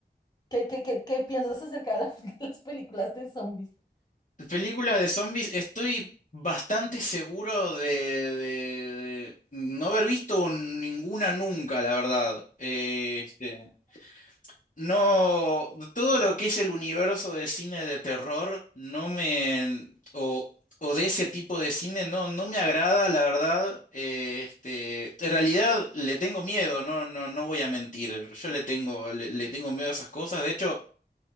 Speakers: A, on the left; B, on the left.
A: ¿qué, qué, qué, qué piensas acerca de la- <laughs> de las películas de zombies?
B: Películas de zombies, estoy bastante seguro de, de- de no haber visto ninguna nunca, la verdad. Eh, este, No, todo lo que es el universo de cine de terror, no me, o, o de ese tipo de cine, no, no me agrada, la verdad. Eh, este, en realidad le tengo miedo, no, no, no voy a mentir. Yo le tengo, le, le tengo miedo a esas cosas. De hecho,